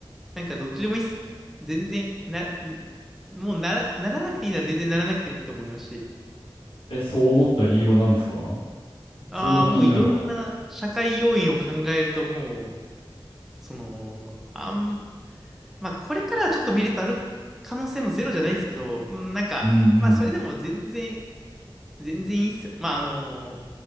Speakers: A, in the centre; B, on the left (about 90°).
A: なんかどっちでもいいっす。全然、な、んもうなら、ならなくていいなら全然ならなくてもいいと思いますし。
B: え、そう思った理由は何ですか
A: ああ、
B: それが気になるわ。
A: もういろんな社会要因を考えるともう、その、あん、まあこれからはちょっとメリットある可能性もゼロじゃないんですけど、うんなんか、
B: うん
A: まあそれでも全然、全然いいっすよ。まああの、